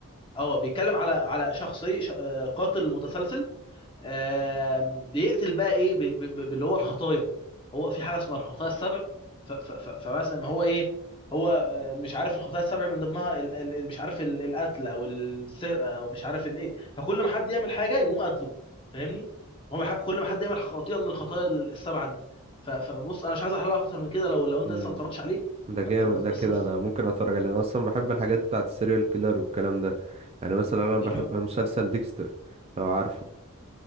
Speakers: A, on the left; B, on the right.
A: اه بيتكلم على على شخصي ش... آه، قاتل متسلسل آم، بيقتل بقى ايه ب- ب- باللي هو الخطايا هو في حاجه اسمها الخطايا السبع ف- ف- ف- فمثلا هو ايه هو آه، مش عارف الخطايا السبع من ضمنها ال- ال- ال- مش عارف ال- القتل او السرقه او مش عارف الايه فكل ما حد يعمل حاجه يقوم قتله فاهمني هو ح- كل ما حد يعمل خطيئه من الخطايا السبعه دي ف- فبص انا مش عايز احللها اكتر من كده لو لو انت
B: احكي
A: لسه ما اتفرجتش عليه
B: ده جامد
A: فبس- بس
B: ده
A: بس
B: كده
A: بص
B: انا ممكن اتفرج عليه انا اصلا بحب الحاجات بتاعت السيريال كيلر والكلام ده يعني مثلا انا بحب
A: يا راجل
B: مسلسل ديكستر لو عارفه